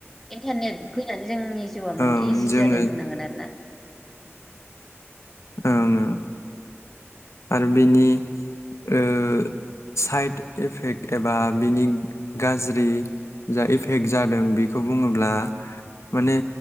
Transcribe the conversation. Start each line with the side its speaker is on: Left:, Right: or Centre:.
Centre: इन्टारनेट फैनानै जोंनि जिउआ माने
Left: ओं
Centre: इजि
Left: जोङो
Centre: जादों होननांगोन आरो ना
Left: उम आरो बिनि ओ साइड इफेक्ट एबा बिनि गाज्रि जा इफेक्ट जादों बेखौ बुङोब्ला माने